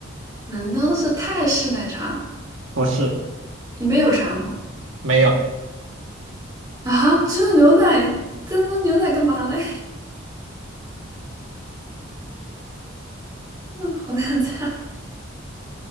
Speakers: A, on the right; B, on the right.
A: 难道是泰式奶茶？
B: 不是，
A: 里面有茶吗？
B: 没有，
A: 啊，只有牛奶，真的牛奶干嘛嘞？<laughs> 那好难猜，